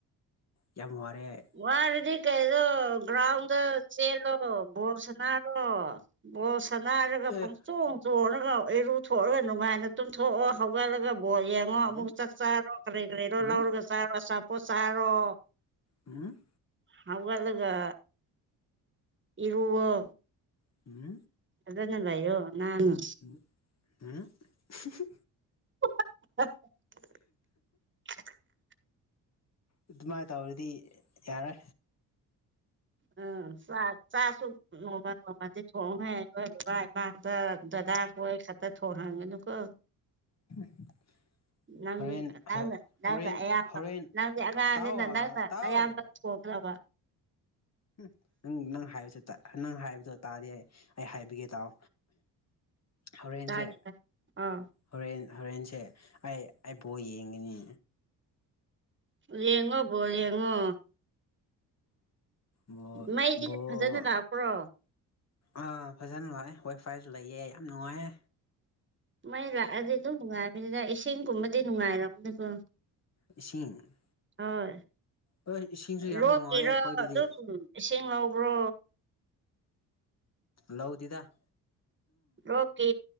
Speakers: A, on the left; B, on the right.
A: ꯌꯥꯝ ꯋꯥꯔꯦ
B: ꯋꯥꯔꯗꯤ ꯀꯩꯗꯣ ꯒ꯭ꯔꯥꯎꯟꯗ ꯆꯦꯜꯂꯣ ꯕꯣꯜ ꯁꯥꯟꯅꯔꯣ ꯕꯣꯜ ꯁꯥꯟꯅꯥꯔꯒ
A: ꯑꯦ
B: ꯄꯪ ꯆꯣꯡ ꯆꯣꯡꯔꯒ ꯏꯔꯨꯊ ꯊꯣꯛꯑꯒ ꯅꯨꯡꯉꯥꯏꯅ ꯇꯨꯝꯊꯣꯛꯑꯣ ꯍꯧꯒꯠꯂꯒ ꯕꯣꯜ ꯌꯦꯡ ꯉꯣ ꯑꯃꯨꯛ
A: ꯎꯝ
B: ꯆꯥꯛ ꯆꯥꯔꯣ ꯀꯔꯤ ꯀꯔꯤꯔꯣ
A: ꯎꯝ
B: ꯂꯧꯔꯒ ꯆꯥꯔꯣ ꯑꯆꯥꯄꯣꯠ ꯆꯥꯔꯣ
A: ꯎꯨꯝ
B: ꯍꯧꯒꯠꯂꯒ ꯏꯔꯨꯑꯣ
A: ꯎꯝ
B: ꯐꯖꯅ ꯂꯩꯑꯣ ꯅꯥꯟꯅ
A: ꯎ ꯑꯥꯍ ꯍ ꯍꯥ
B: <unintelligible>
A: ꯑꯗꯨꯃꯥꯏꯅ ꯇꯧꯔꯗꯤ ꯌꯥꯔꯦ
B: ꯑꯥ ꯆꯥ ꯆꯥꯁꯨ ꯅꯣꯡꯃ ꯅꯣꯡꯃꯗꯤ ꯊꯣꯡꯉꯦ ꯑꯩꯈꯣꯏ ꯕꯕꯥ ꯏꯃꯥꯇ ꯗꯗꯥ ꯈꯣꯏ ꯈꯛꯇ ꯊꯣꯡ ꯍꯟꯒꯅꯨꯀꯣ
A: <inaudible>
B: ꯅꯪ
A: ꯍꯣꯔꯦꯟ
B: ꯅꯪꯅ ꯅꯪꯅ
A: ꯍꯣꯔꯦꯟ
B: ꯑꯌꯥꯝꯕ
A: ꯍꯣꯔꯦꯟ
B: ꯅꯪꯗꯤ ꯑꯉꯥꯡꯅꯤꯅ
A: ꯇꯥꯎ
B: ꯅꯪꯅ
A: ꯇꯥꯎ
B: ꯑꯌꯥꯝꯕ ꯊꯣꯡꯒꯗꯧꯕ
A: ꯎꯝ ꯅꯪ ꯅꯪ ꯍꯥꯏꯕꯁꯤ ꯇꯥ ꯅꯪ ꯍꯥꯏꯕꯗꯣ ꯇꯥꯗꯦ ꯑꯩ ꯍꯥꯏꯕꯤꯒꯦ ꯇꯥꯎ ꯍꯣꯔꯦꯟꯁꯦ
B: ꯆꯥꯒꯤꯗ ꯑꯥ
A: ꯍꯣꯔꯦꯟ ꯍꯣꯔꯦꯟꯁꯦ ꯑꯩ ꯑꯩ ꯕ‌ꯣꯜ ꯌꯦꯡꯒꯅꯤ
B: ꯌꯦꯡꯉꯣ ꯕꯣꯜ ꯌꯦꯡꯉꯣ
A: ꯕ‌ꯣꯜ
B: ꯃꯩꯗꯤ
A: ꯕ‌ꯣꯜ
B: ꯐꯖꯅ ꯂꯥꯛꯄ꯭ꯔꯣ
A: ꯑꯥ ꯐꯥꯖꯅ ꯂꯩꯌꯦ ꯋꯥꯏ ꯐꯥꯏꯖꯨ ꯂꯩꯌꯦ ꯌꯥꯝ ꯅꯨꯡꯉꯥꯏꯌꯦ
B: ꯃꯩ ꯂꯥꯛꯑꯗꯤ ꯑꯗꯨꯝ ꯅꯨꯡꯉꯥꯏꯕꯅꯤꯗ ꯏꯁꯤꯡꯒꯨꯝꯕꯗꯤ ꯅꯨꯡꯉꯥꯏꯔꯝꯒꯅꯤꯀꯣ
A: ꯏꯁꯤꯡ
B: ꯍꯣꯏ
A: ꯍꯣꯏ ꯏꯁꯤꯡꯁꯨ ꯌꯥꯝ
B: ꯂꯣꯛꯀꯤꯔꯣ
A: ꯅꯨꯡꯉꯥꯏꯌꯦ ꯑꯩꯈꯣꯏꯗꯗꯤ
B: ꯑꯗꯨꯝ ꯏꯁꯤꯡ ꯉꯧꯕ꯭ꯔꯣ
A: ꯂꯧꯗꯤꯗ
B: ꯔꯣꯛꯀꯤ